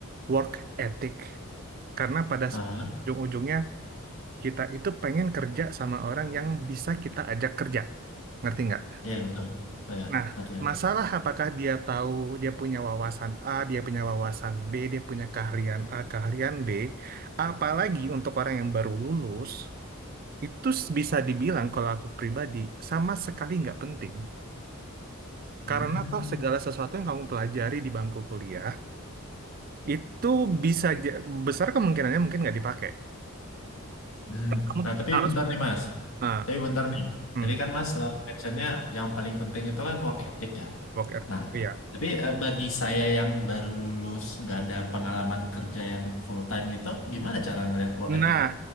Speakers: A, on the right; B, on the left.
A: work ethic. Karena pada
B: Aha.
A: s- ujung-ujungnya kita itu pengen kerja sama orang yang bisa kita ajak kerja. Ngerti nggak?
B: Iya, betul. Oh, ya.
A: Nah,
B: Mati, mati.
A: masalah apakah dia tahu dia punya wawasan A, dia punya wawasan B, dia punya keahlian A, keahlian B. Apalagi untuk orang yang baru lulus, itu s- bisa dibilang kalau aku pribadi sama sekali nggak penting.
B: Hmm.
A: Karena toh segala sesuatu yang kamu pelajari di bangku kuliah itu bisa ja- besar kemungkinannya mungkin nggak dipakai.
B: Hmm.
A: Kamu
B: Nah, tapi
A: harus
B: bentar nih, Mas.
A: nah,
B: Tapi bentar nih,
A: hmm,
B: tadi kan Mas eh, mentionnya yang paling penting itu kan work ethic ya.
A: work ethic,
B: Nah,
A: ya.
B: tapi eh, bagi saya yang baru lulus, nggak ada pengalaman kerja yang full time gitu, gimana cara ngelihat work ethicnya?
A: Nah,